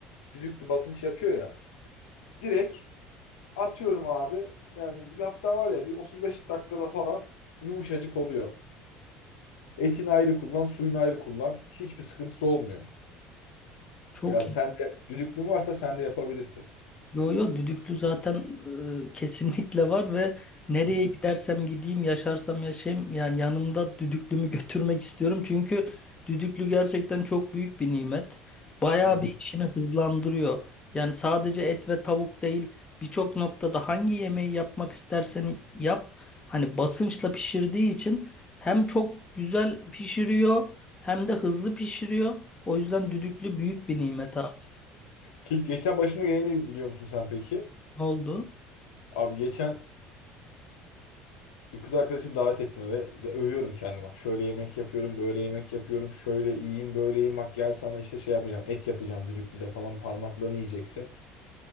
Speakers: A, on the left; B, on the left.
A: Düdüklü basınç yapıyor ya. Direkt atıyorum abi. Yani hatta var ya bir 35 dakikada falan yumuşacık oluyor. Etini ayrı kullan, suyunu ayrı kullan. Hiçbir sıkıntısı olmuyor.
B: Çok
A: Yani sen de düdüklün varsa sen de yapabilirsin.
B: Yo yo düdüklü zaten e, kesinlikle var ve nereye
A: Hı
B: gidersem gideyim, yaşarsam yaşayayım yani yanımda düdüklümü <laughs> götürmek istiyorum. Çünkü düdüklü gerçekten çok büyük bir nimet. Bayağı
A: hı.
B: bir işini hızlandırıyor. Yani sadece et ve tavuk değil, birçok noktada hangi yemeği yapmak istersen yap. Hani basınçla pişirdiği için hem çok güzel pişiriyor hem de hızlı pişiriyor. O yüzden düdüklü büyük bir nimet abi.
A: Ki geçen başıma geleni biliyor musun sen peki?
B: Ne oldu?
A: Abi geçen Bir kız arkadaşım davet etti ve de övüyorum kendimi. Bak şöyle yemek yapıyorum, böyle yemek yapıyorum. Şöyle iyiyim, böyleyim. Bak gel sana işte şey yapacağım. Et yapacağım düdüklüyle falan parmaklarını yiyeceksin.